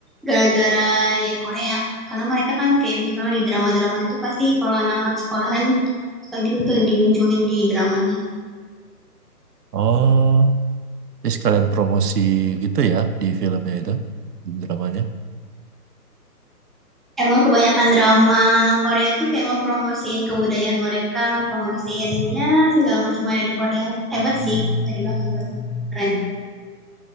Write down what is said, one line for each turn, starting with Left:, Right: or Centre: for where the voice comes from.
Centre: gara-gara ya Korea. Karena mereka kan kayak misalnya di drama-drama itu pasti kalau anak-anak sekolahan suka gitu tuh dimunculin di dramanya.
Right: Oh, jadi sekalian promosi gitu ya di filmnya itu, di dramanya.
Centre: Emang kebanyakan drama Korea tuh kayak mempromosiin kebudayaan mereka, mempromosiin ya segala macam ada di Korea. Hebat sih, tadi bang hebat, keren.